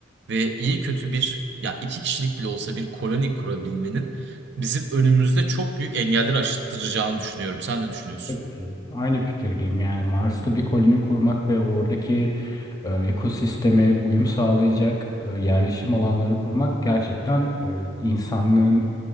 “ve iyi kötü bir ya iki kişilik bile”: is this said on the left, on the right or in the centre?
Right